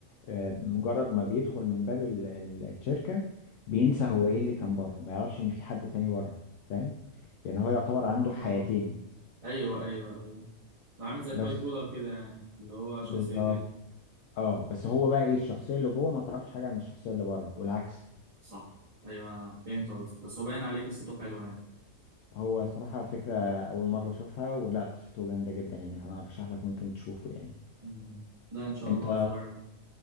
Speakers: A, on the left; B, on the right.
A: آه مجرد ما بيدخل من باب ال- ال- الشركة بينسى هو ايه اللي كان بره ما يعرفش ان في حد تاني بره فاهم يعني هو يعتبر
B: اه
A: عنده حياتين
B: ايوه ايوه ايوه ده عامل زي
A: بس
B: الباي بولر كده يعني اللي هو
A: بالظبط
B: شخصيتين
A: اه بس هو بقى ايه الشخصيه اللي جوه ما تعرفش حاجه عن الشخصيه اللي بره والعكس
B: صح ايوه أنا فهمت قصدك بس هو باين عليه قصته حلوه يعني
A: هو صراحه فكره اول مره اشوفها ولا قصته جامده جدا يعني انا ارشح لك ممكن تشوفه يعني
B: مم. ده ان شاء
A: انت
B: الله هتفرج عليه